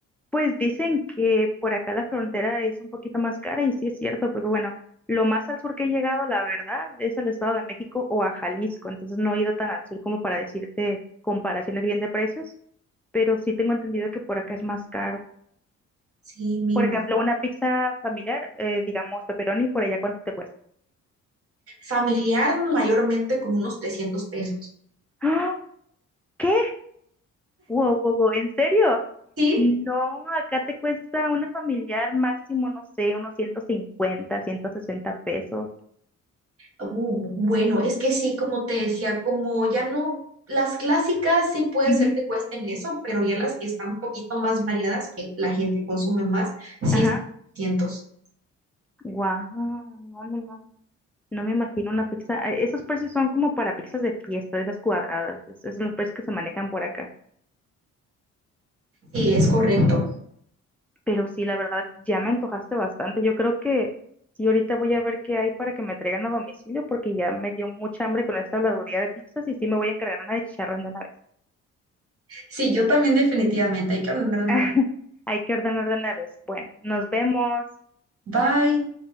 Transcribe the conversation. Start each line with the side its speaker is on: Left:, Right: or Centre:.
Centre: pues dicen que por acá la frontera es un poquito más cara y sí es cierto, porque bueno, lo más al sur que he llegado, la verdad, es al Estado de México o a Jalisco, entonces no he ido tan al sur como para decirte comparaciones bien de precios, pero sí tengo entendido que por acá es más caro.
Right: Sí, me
Centre: Por
Right: imagino.
Centre: ejemplo, una pizza familiar, eh, digamos pepperoni, por allá ¿cuánto te cuesta?
Right: Familiar mayormente como unos 300 pesos.
Centre: ¡Ah! ¿Qué? Wow, wow, wow, ¿en serio?
Right: sí
Centre: No, acá te cuesta una familiar máximo, no sé, unos ciento cincuenta, ciento sesenta pesos.
Right: Bu- Bueno, es que sí, como te decía, como ya no, las clásicas sí puede
Centre: Ujú,
Right: ser que cuesten eso, pero ya las que están un poquito más variadas, que la gente consume más, sí
Centre: Ajá.
Right: están cientos
Centre: Guau, no, no, no. No me imagino una pizza. ah, Esos precios son como para pizzas de fiesta, de esas cuadradas. Esos son los precios que se manejan por acá.
Right: Sí, es correcto.
Centre: Pero sí, la verdad, ya me antojaste bastante. Yo creo que sí, ahorita voy a ver qué hay para que me traigan a domicilio, porque ya me dio mucha hambre con esta habladuría de pizzas y sí me voy a encargar una de chicharrón de una vez.
Right: Sí, yo también definitivamente hay que ordenar una
Centre: <laughs>
Right: vez.
Centre: Hay que ordenar de una vez. Bueno, nos vemos.
Right: Bye.